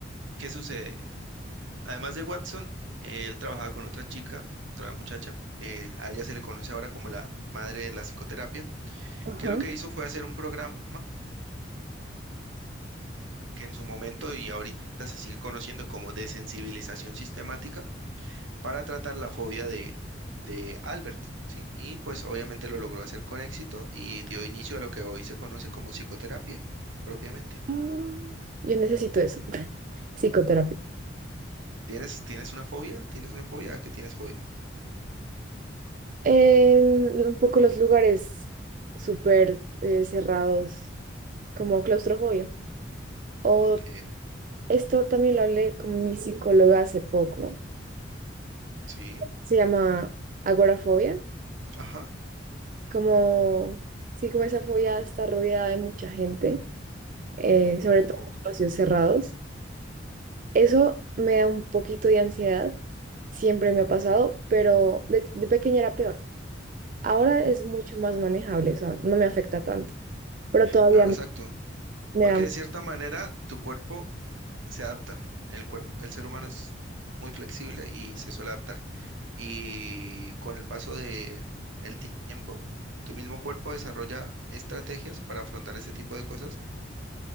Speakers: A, on the right; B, on the right.
A: ¿qué sucede? Además de Watson, él trabajaba con otra chica, otra muchacha, que a ella se le conoce ahora como la madre de la psicoterapia,
B: Ajá.
A: que lo que hizo fue hacer un programa que en su momento y ahorita se sigue conociendo como desensibilización sistemática para tratar la fobia de, de Albert, ¿sí? Y pues obviamente lo logró hacer con éxito y dio inicio a lo que hoy se conoce como psicoterapia propiamente.
B: Ah, Yo necesito eso, <laughs> psicoterapia.
A: ¿Tienes, tienes una fobia? ¿Tienes una fobia? ¿A qué tienes fobia?
B: En un poco los lugares súper eh, cerrados, como claustrofobia. O
A: Ok,
B: esto también lo hablé con mi psicóloga hace poco.
A: sí,
B: Se llama agorafobia,
A: ajá.
B: como, sí, como esa fobia está rodeada de mucha gente, eh,
A: o-
B: sobre todo
A: o-
B: en espacios cerrados. Eso me da un poquito de ansiedad, siempre me ha pasado, pero de, de pequeña era peor. Ahora es mucho más manejable, o sea, no me afecta tanto, pero todavía
A: Claro,
B: me,
A: exacto.
B: me
A: Porque
B: da...
A: de cierta manera tu cuerpo se adapta. El cuerpo, el ser humano es muy flexible y se suele adaptar. y con el paso de el tiempo, tu mismo cuerpo desarrolla estrategias para afrontar este tipo de cosas